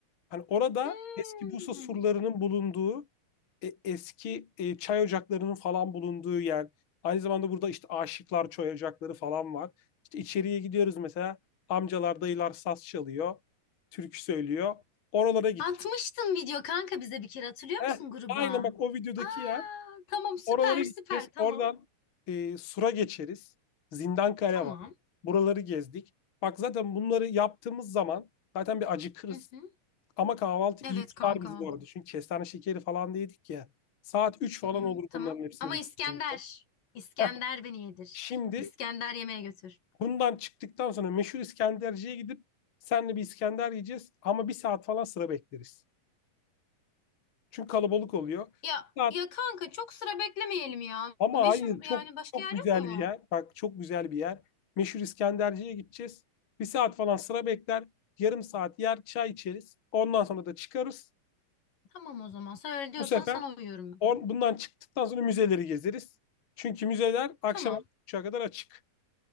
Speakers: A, on the left; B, on the left.
A: Hani orada
B: Hmm.
A: eski Bursa surlarının bulunduğu, e, eski e, çay ocaklarının falan bulunduğu yer. Aynı zamanda burada işte aşıklar çay ocakları falan var. İşte içeriye gidiyoruz mesela amcalar, dayılar saz çalıyor, türkü söylüyor. Oralara gideceğiz.
B: Atmıştın video kanka bize bir kere hatırlıyor
A: Heh,
B: musun gruba?
A: aynen bak o videodaki
B: Aa,
A: yer.
B: tamam süper
A: Oralara gideceğiz.
B: süper tamam.
A: Oradan e, sura geçeriz. Zindankale
B: Tamam.
A: var. Buraları gezdik. Bak zaten bunları yaptığımız zaman zaten bir acıkırız.
B: Hı hı.
A: Ama kahvaltı
B: Evet
A: iyi tutar
B: kanka.
A: bizi bu arada. Çünkü kestane şekeri falan da yedik ya. Saat 3 falan
B: Hı hı,
A: olur
B: Tamam.
A: bunların hepsini
B: Ama
A: bitirdiğimizde.
B: İskender. İskender
A: Heh,
B: beni yedir.
A: Şimdi
B: İskender yemeğe götür.
A: bundan çıktıktan sonra meşhur İskenderci'ye gidip senle bir İskender yiyeceğiz. Ama bir saat falan sıra bekleriz. Çünkü kalabalık oluyor.
B: Ya
A: Bir saat,
B: ya kanka çok sıra beklemeyelim ya.
A: ama
B: Meşhur
A: hayır çok
B: yani başka
A: çok
B: yer
A: güzel
B: yok mu?
A: bir yer. Bak çok güzel bir yer. Meşhur İskenderci'ye gideceğiz. Bir saat falan sıra bekler. Yarım saat yer çay içeriz. Ondan sonra da çıkarız.
B: Tamam o zaman. Sen öyle diyorsan
A: Bu sefer
B: sana uyuyorum ben.
A: Or bundan çıktıktan sonra müzeleri gezeriz. Çünkü müzeler akşam
B: Tamam.
A: 6.30'a kadar açık.